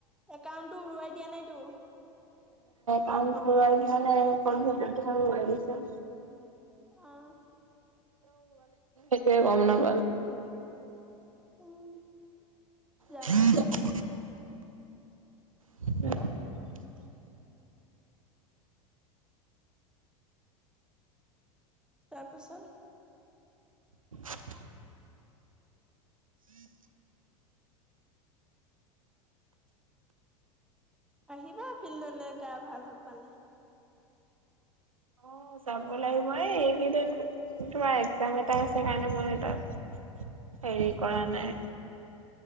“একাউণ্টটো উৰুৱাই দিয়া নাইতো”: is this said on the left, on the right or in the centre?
Centre